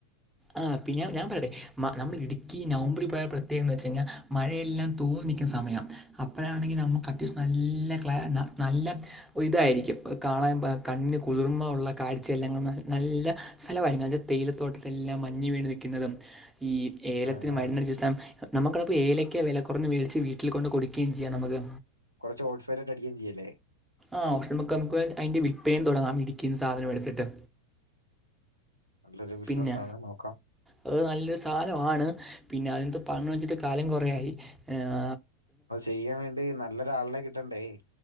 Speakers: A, in the centre; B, on the right.
A: ആ പിന്നെ ഞാൻ പറയട്ടെ മ നമ്മള് ഇടുക്കി നവംബറില് പോയാ പ്രത്യേകന്നുവെച്ച് കഴിഞ്ഞാല് മഴയെല്ലാം തോർ ന്ന് നിക്കണ സമയം അപ്പോഴാണെങ്കിൽ നമുക്ക് അത്യാവശ്യം നല്ല ക്ലാ ന്ന നല്ല ഇതായിരിക്കും ഓ കാ പാളയ പോയാ കണ്ണിന് കുളിർമ ഒള്ള കാഴ്ചയല്ലാങ്ങുന്ന നല്ല സ്ഥലമായിരിന്നു അത് തേയിലത്തോട്ട തെല്ലാം മഞ്ഞ് വീണ് നിൽക്കുന്നതും ഈ ഏലത്തിന്
B: ഏഹ് ഏഹ്
A: മരുന്നടിച്ച് <unintelligible> നമുക്കവിടെ പോയി ഏലക്ക വെല കൊറഞ്ഞ് മേടിച്ച് വീട്ടിൽ കൊണ്ട് കൊടുക്കേയും ചെയ്യാം നമ്മക്ക്
B: കൊറച്ച് ഓട്ട്സൈട്ടായിട്ട് അടിക്കേയും ചെയ്യാല്ലേ
A: ആ <unintelligible> അതിന്റെ വിൽപ്പനെ തൊടങ്ങാം ഇടുക്കീന്ന് സാധനം എടുത്തിട്ട്
B: നല്ലൊരു ബിസിനസ്സാണ്
A: പിന്നെ
B: നോക്കാം.
A: അത് നല്ലൊരു സാനമാണ് പിന്നെ അതെന്താ പറയ്ണെ വെച്ചിട്ട് കാലം കൊറയായി ഏ ആ
B: അത് ചെയ്യാൻ വേണ്ടി നല്ലൊരു ആളിനെ കിട്ടണ്ടേ